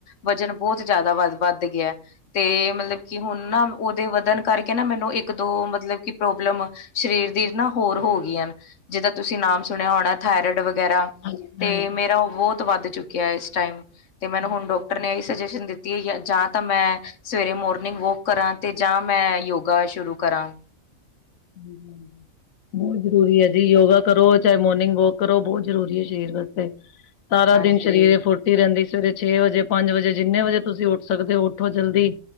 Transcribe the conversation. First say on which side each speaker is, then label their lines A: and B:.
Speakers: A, on the left (about 65°); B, on the left (about 85°).
A: ਵਜ਼ਨ ਬੋਤ ਜੈਦਾ ਵਦ ਵੱਦ ਗਿਆ। ਤੇ ਮਤਲਬ ਕਿ ਹੁਣ ਨਾ ਓਦੇ ਵਦਣ ਕਰਕੇ ਨਾ ਮੈਨੂੰ ਇੱਕ-ਦੋ ਮਤਲਬ ਕਿ ਪ੍ਰੋਬਲਮ ਸ਼ਰੀਰ ਦੀ ਨਾ ਹੋਰ ਹੋਗੀਆ, ਜਿੱਦਾਂ ਤੁਸੀਂ ਨਾਮ ਸੁਣੇਆ ਹੋਣਾ ਥਾਇਰੋਇਡ ਵਗੈਰਾ
B: ਹਾਂਜੀ-ਹਾਂਜੀ,
A: ਤੇ
B: ਹਾਂਜੀ।
A: ਮੇਰਾ ਓ ਬੋਤ ਵੱਦ ਚੁੱਕਿਆ ਇਸ ਟਾਈਮ। ਤੇ ਮੈਨੂੰ
B: ਹਾਂਜੀ
A: ਹੁਣ ਡਾਕਟਰ ਨੇ ਏਹੀ ਸੁਜੈਸ਼ਨ ਦਿੱਤੀ ਐ ਯਾਂ ਤਾਂ ਮੈਂ ਸਵੇਰੇ ਮੋਰਨਿੰਗ ਵੋਕ ਕਰਾਂ, ਤੇ ਜਾਂ ਮੈਂ ਯੋਗਾ ਸ਼ੁਰੂ ਕਰਾਂ।
B: ਹਾਂਜੀ-ਹਾਂਜੀ। ਬੋਤ ਜ਼ਰੂਰੀ ਐ ਜੀ ਯੋਗਾ ਕਰੋ ਚਾਏ ਮੋਰਨਿੰਗ ਵੋਕ ਕਰੋ ਬੋਤ ਜ਼ਰੂਰੀ ਐ ਸ਼ਰੀਰ ਵਾਸਤੇ। ਸਾਰਾ
A: ਹਾਂਜੀ
B: ਦਿਨ ਸ਼ਰੀਰ ਏ ਫੁ ਰਤੀ ਰੈਂਦੀ ਸਵੇਰੇ ਛੇ ਵਜੇ, ਪੰਜ ਵਜੇ ਜਿੰਨੇ ਵਜੇ ਤੁਸੀਂ ਉੱਠ ਸਕਦੇ ਓ ਉਠੋ ਜਲਦੀ